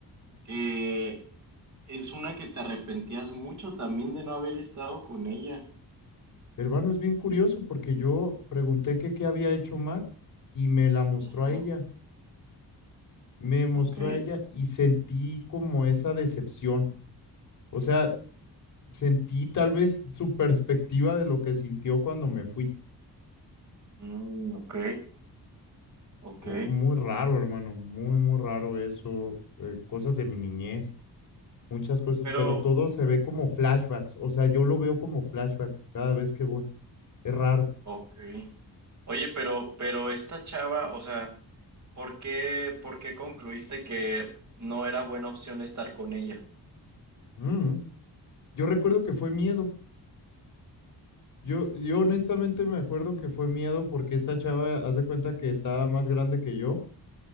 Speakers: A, on the right (about 45°); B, on the left (about 50°).
A: que es una que te arrepentías mucho también de no haber estado con ella.
B: Hermano, es bien curioso porque yo pregunté que qué había hecho mal y me la mostró
A: Ujú,
B: a ella. me mostró
A: Ok,
B: a ella y sentí como esa decepción. O sea, sentí tal vez su perspectiva de lo que sintió cuando me fui.
A: mm, ok, ok.
B: U- Muy raro, hermano, muy, muy raro eso. eh, cosas de mi niñez, muchas cosas,
A: Pero,
B: pero todo se ve como flashbacks. O sea, yo lo veo como flashbacks cada vez que voy. Es raro.
A: ok. Oye, pero, pero esta chava, o sea. ¿Por qué, por qué concluiste que no era buena opción estar con ella?
B: Mm. Yo recuerdo que fue miedo. Yo, yo honestamente me acuerdo que fue miedo porque esta chava, haz de cuenta que estaba más grande que yo